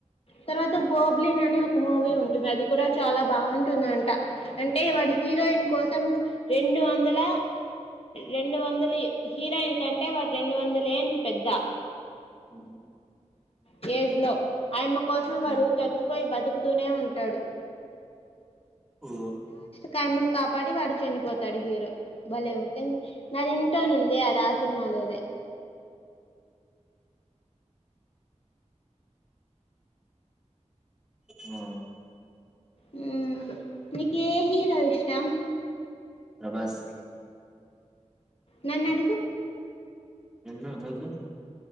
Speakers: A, on the left; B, in the centre.
A: తర్వాత గోబ్లిన్ అని ఒక మూవీ ఉంటుంది అది కూడా చాలా బాగుంటుందంట అంటే వాడు హీరోయిన్ కోసం రెండు వందల రెండు వందల హీరోయిన్ ంటే వాడు రెండు వందల ఏండ్లు పెద్ద
B: హ
A: అ ఏజ్ లో ఆయమ్మ కోసం
B: ఓకే
A: వాడు చచ్చిపోయి బతుకుతూనే ఉంటాడు
B: ఓ
A: కైమ్మను కాపాడి వాడు చనిపోతాడు హీరో భలే ఉ మరి ఇంటానం దే అది ఆ సినిమాలోదే.
B: మ్మ్
A: మ్మ్ నీకు ఏ హీరో ఇష్టం?
B: ప్రభాస్
A: నన్ను అడుగు
B: ఎన్ను నీకి